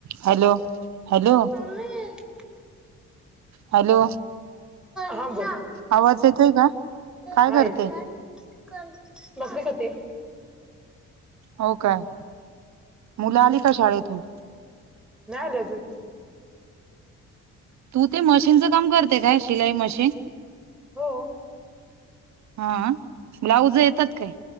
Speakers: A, on the right; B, in the centre.
A: Hello hello
B: mummy
A: hello
B: हा बोल
A: आवाज येतोय का काय
B: हा
A: करते
B: येतो घ्या. बकरी खाते.
A: हो काय? मुलं आली का शाळेतून?
B: नाही आली अजून
A: तू ते मशीनचं काम करते काय शिलाई मशीन?
B: हो
A: हा ब्लाऊज
B: हम्म
A: येतात काय?